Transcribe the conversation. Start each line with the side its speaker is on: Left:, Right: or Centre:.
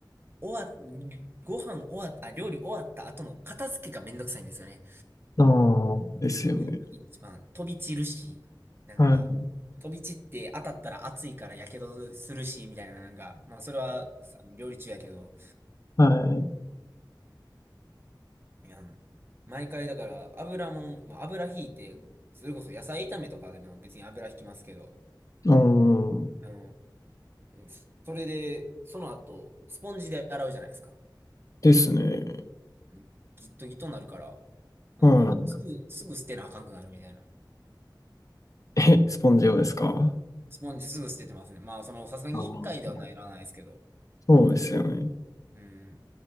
Right: 終わ、ご飯終わっあ、料理終わった後の片付けがめんどくさいんですよね。
Left: ああ、ですよね。
Right: み一番飛び散るし、なんか、
Left: はい。
Right: 飛び散って当たったら熱いから火傷するし、みたいな、なんか、まあそれはさ料理中やけど、
Left: は
Right: いや毎回だから油もん、まあ、油引いて、それこそ野菜炒めとかでも別に油引きますけど、
Left: い。うん。
Right: あの、えそれで、その後、スポンジで洗うじゃないですか。
Left: ですね。
Right: んギットギットになるから、なんか、
Left: うん。
Right: すぐ、すぐ捨てなあかんくなるみたいな。
Left: え、スポンジ用ですか
Right: スポンジすぐ捨ててますね。まあ、その、さすがに1回ではならないですけど。
Left: ああ、そうですよね。
Right: うん。